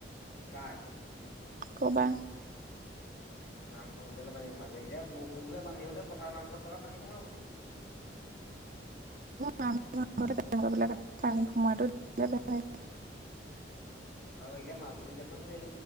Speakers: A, on the left; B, on the right.
A: কাৰ?
B: কৰবা।
A: নামঘৰ ভিতলে পানী সোমাই, এতিয়া বৰষুণ দিলে পান হ'লে পথাৰ নামঘৰত থকা পানী সোমাবই।
B: তেনেকুৱা বিলাক পানী সোমাই দে বেয়া হল। <unintelligible>
A: হয় বাৰ এতিয়া মাজুলীত দেখোন সেই,